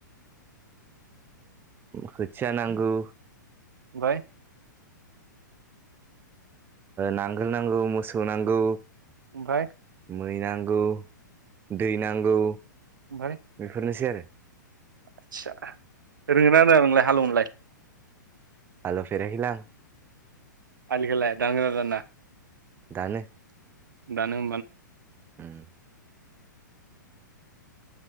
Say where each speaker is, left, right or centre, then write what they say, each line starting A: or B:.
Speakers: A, on the right; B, on the right.
A: खोथिया नांगौ
B: फ्राय
A: नांगोल नांगौ मोसौ नांगौ
B: ओमफ्राय
A: मै नांगौ दै नांगौ
B: ओमफ्राय
A: बेफोरनोसै आरो
B: आदसा रोंङोना रोङा नोंलाय हालेव नोलाय
A: हालोव फेराखैलां
B: आलिखौलाय दानगोना दाना
A: दानो
B: दानो
A: उम